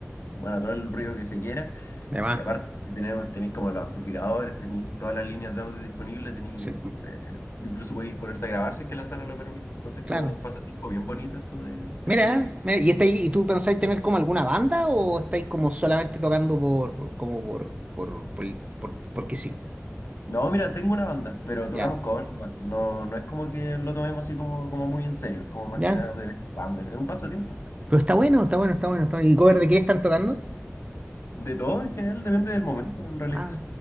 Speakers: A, on the left (about 60°); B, on the right (about 25°).
A: bueno, todo el ruido que se quiera.
B: de más.
A: Y aparte, si tenemos, tenéis como los amplificadores, tenéis todas las líneas de audio disponibles, tenéis,
B: sí,
A: eh, incluso podéis ponerte a grabar si es que la sala lo permite. Entonces,
B: Claro.
A: como un pasatiempo bien bonito esto de tener
B: Mira,
A: guitarra.
B: mira, ¿y estáis, y tú pensáis tener como alguna banda o estáis como solamente tocando por, como por, por, por, el- por- porque sí?
A: No, mira, tengo una banda, pero tocamos
B: Ya,
A: covers nomás. No, no es como que lo tomemos así como, como muy en serio, es como más
B: ya.
A: que nada de vez es un pasatiempo.
B: Pero está bueno, está bueno, está bueno, está bueno. ¿Y cover
A: Sí, sí,
B: de
A: sí.
B: qué están tocando?
A: De todo en general depende del momento, en realidad.
B: Ah,